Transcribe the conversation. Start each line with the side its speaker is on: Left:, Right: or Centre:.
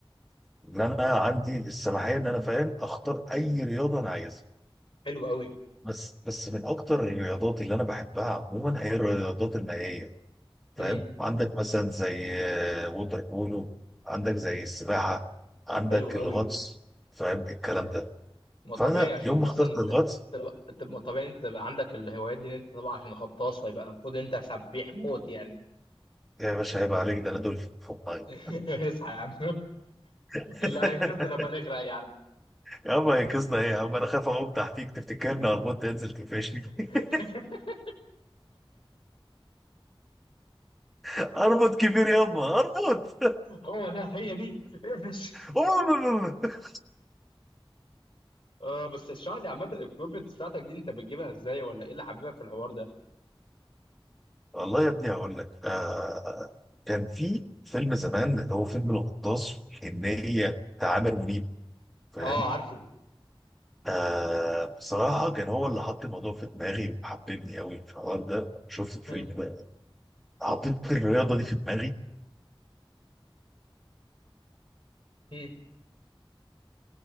Centre: ان انا عندي السماحيه ان انا فاهم اختار اي رياضه انا عايزها
Left: حلو قوي
Centre: بس بس من اكتر الرياضات اللي انا بحبها عموما هي الرياضات المائيه فاهم
Left: امم
Centre: عندك مثلا زي آه، ووتر بولو عندك زي السباحه عندك
Left: حلو قوي
Centre: الغطس فاهم الكلام ده
Left: ما طبيعي
Centre: فانا
Left: عشان
Centre: يوم ما
Left: اصلا
Centre: اخترت الغطس
Left: ت- تبقى تبقى طبيعي انت تبقى عندك الهوايات دي ان انت طبعا عشان غطاس فيبقى المفروض انت سبيح موت يعني
Centre: يا باشا هيبقى عليك ده انا دول فوق فوق الميه
Left: <laughs> اصحى يا عم <laughs>
Centre: <laughs>
Left: اللي هينقذنا لما نغرق يعني.
Centre: يا عم هينقذنا ايه يا عم انا خايف اقوم تحتيك تفتكرني اربط تنزل تقفشني
Left: <laughs>
Centre: <laughs> اربط كبير يابا اربط
Left: هو ده هي دي <laughs> اقفش
Centre: <laughs>
Left: اه بس اشرح لي عامة الكروبت بتاعتك دي انت بتجيبها ازاي ولا ايه اللي حبيبك في الحوار ده؟
Centre: والله يا ابني هقول لك آه آه، كان في فيلم زمان اللي هو فيلم الغطاس والجنية بتاع عامر منيب فاهم
Left: اه عارفه
Centre: آه بصراحة كان هو اللي حط الموضوع في دماغي وحببني قوي في الحوار ده شفت الفيلم
Left: مم.
Centre: ده حطيت الرياضة دي في دماغي
Left: مم.